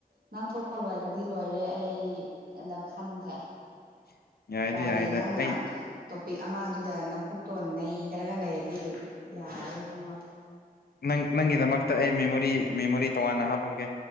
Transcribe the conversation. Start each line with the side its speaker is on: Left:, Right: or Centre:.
Right: ꯉꯥꯡꯊꯣꯛꯄ ꯂꯣꯏꯈ꯭ꯔꯗꯤ ꯂꯣꯏꯔꯦ ꯑꯩꯅ ꯈꯟꯗ꯭ꯔꯦ
Left: <unintelligible> ꯌꯥꯏꯗ
Right: ꯇꯥꯗꯤ
Left: ꯌꯥꯏꯗ
Right: ꯅꯪꯅ
Left: ꯑꯩ
Right: ꯇꯣꯄꯤꯛ ꯑꯃꯗꯨꯗ ꯅꯀꯣꯛꯇꯣ ꯅꯩꯗ꯭ꯔꯒ ꯂꯩꯔꯗꯤ ꯌꯥꯔꯔꯣꯏ ꯏꯕꯨꯡꯉꯣ
Left: ꯅꯪ ꯅꯪꯒꯤꯗꯃꯛꯇ ꯑꯩ ꯃꯦꯃꯣꯔꯤ ꯃꯦꯃꯣꯔꯤ ꯇꯣꯉꯥꯟꯅ ꯍꯥꯞꯄꯛ ꯀꯦ